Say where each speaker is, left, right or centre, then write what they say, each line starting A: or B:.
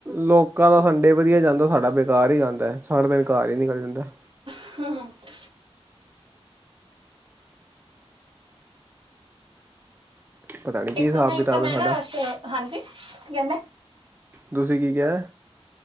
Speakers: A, on the right; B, on the right.
A: ਲੋਕਾਂ ਦਾ ਸੰਡੇ ਵਧੀਆ ਜਾਂਦਾ ਸਾਡਾ ਬੇਕਾਰ ਹੀ ਜਾਂਦਾ ਏ ਸਾਰਾ ਦਿਨ ਘਰ ਈ ਨਿਕਲ ਜਾਂਦਾ ਹੈ।
B: <unintelligible>
A: ਪਤਾ ਨੀ ਕੀ
B: ਇੱਕ
A: ਹਿਸਾਬ
B: ਮਿੰਟ
A: ਕਿਤਾਬ
B: ਮੈਂ
A: ਹੈ ਸਾਡਾ
B: ਨਾ ਹਾਂਜੀ ਲੈਨਾ।
A: ਤੁਸੀਂ ਕੀ ਕਿਹਾ